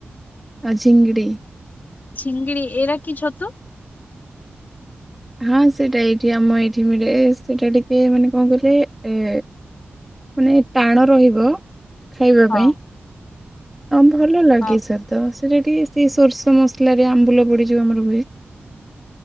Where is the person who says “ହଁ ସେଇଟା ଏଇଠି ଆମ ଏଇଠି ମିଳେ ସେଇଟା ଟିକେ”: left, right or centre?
Centre